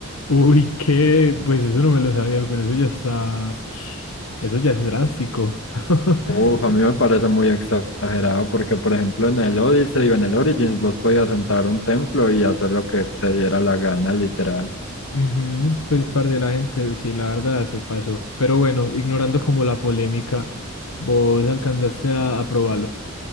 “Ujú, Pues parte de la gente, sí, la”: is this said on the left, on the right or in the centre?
Left